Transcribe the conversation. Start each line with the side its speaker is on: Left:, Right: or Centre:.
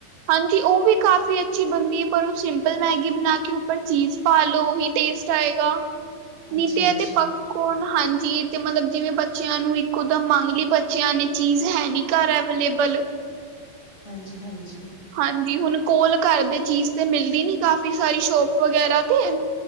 Right: ਹਾਂਜੀ, ਉਹ ਵੀ ਕਾਫ਼ੀ ਅੱਛੀ ਬਣਦੀ ਏ, ਪਰ ਉਹ ਸਿੰਪਲ ਮੈਗੀ ਬਣਾਕੇ ਉੱਪਰ ਚੀਜ਼ ਪਾਲੋ ਉਹੀ ਟੇਸਟ ਆਏਗਾ, ਨੀ,
Left: ਅੱਛਾ
Right: ਤੇ, ਏ,
Left: ਅੱਛਾ
Right: ਪ ਕੋਨ ਹਾਂਜੀ ਇਹ ਤੇ ਮਤਲਬ, ਜਿਵੇਂ ਬੱਚਿਆਂ ਨੂੰ ਇੱਕੋ ਦਮ ਮੰਗ ਲਈ, ਬੱਚਿਆਂ ਨੇ ਚੀਜ਼ ਹੈ ਨੀ। ਘਰ ਐਵੇਲੇਬਲ
Left: ਹਾਂਜੀ-ਹਾਂਜੀ।
Right: ਹਾਂਜੀ, ਹੁਣ ਕੋਲ ਘਰ ਦੇ ਚੀਜ਼ ਤੇ ਮਿਲਦੀ ਨੀ, ਕਾਫੀ ਸਾਰੀ ਸ਼ੋਪ ਵਗੈਰਾ ਤੇ।